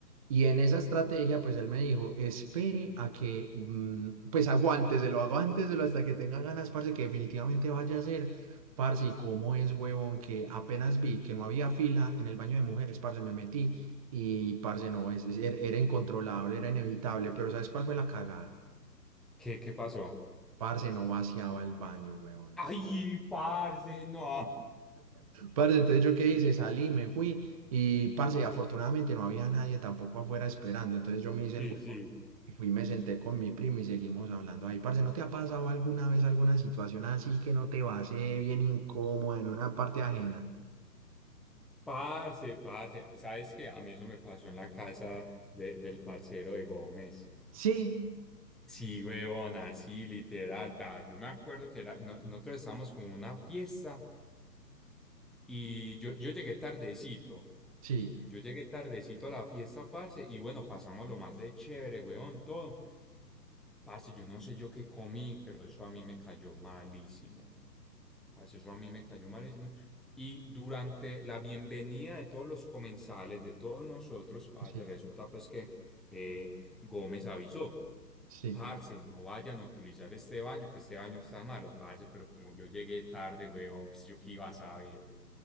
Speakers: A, on the right (about 20°); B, in the centre.
A: Y en esa estrategia, pues él me dijo, espere a que, mm, pues aguánteselo, aguánteselo hasta que tenga ganas, parce, que definitivamente vaya a ser. Parce, ¿y cómo es, huevón? Que apenas vi que no había fila en el baño de mujeres, parce, me metí y, parce, no, es, es- era era incontrolable, era inevitable, pero ¿sabes cuál fue la cagada?
B: ¿Qué, qué pasó?
A: Parce, no vaciaba el baño, weón.
B: Ay, parce, no.
A: Parce, entonces yo qué hice, salí, me fui y, parce, afortunadamente no había nadie tampoco afuera esperando. Entonces yo me hice
B: Sí,
A: el weón
B: sí.
A: y fui, me senté con mi primo y seguimos hablando ahí. Parce, ¿no te ha pasado alguna vez alguna situación así que no te va a hacer bien incómoda en una parte ajena?
B: Parce, parce. ¿Sabes qué? A mí eso me pasó en la casa de- del parcero de Gómez.
A: Sí,
B: Sí, huevón, así, literal. Va, yo me acuerdo que era, no- nosotros estábamos como en una fiesta y yo, yo llegué tardecito.
A: Sí,
B: Yo llegué tardecito a la fiesta, parce, y bueno, pasamos lo más de chévere, huevón, todo. Parce, yo no sé yo qué comí, pero eso a mí me cayó malísimo. Parce, eso a mí me cayó malísimo. Y durante la bienvenida de todos los comensales, de todos nosotros, parce,
A: sí,
B: resulta pues que eh, Gómez avisó,
A: sí.
B: parce, no vayan a utilizar este baño, que este baño está malo, parce, pero como yo llegué tarde, weón, pues yo qué iba a saber.